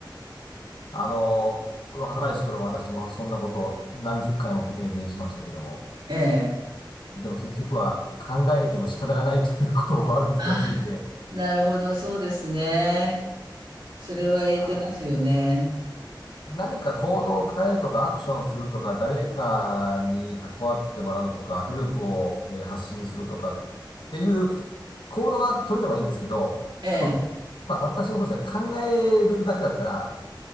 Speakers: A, on the left; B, on the right.
A: あの、若かりし頃は私もそんなこと何十回も経験しましたけども、
B: ええ。
A: でも結局は考えても仕方がないということを悪い気がついて、
B: ああ、なるほど、そうですね。それは言えてますよね。
A: あ何か行動を変えるとか、アクションするとか、誰かに関わってもらうとか、ヘルプを、えー発信するとかっていう行動が取れればいいんですけど、
B: ええ。
A: 多分、まあ私もそうですが、考えるだけだったら、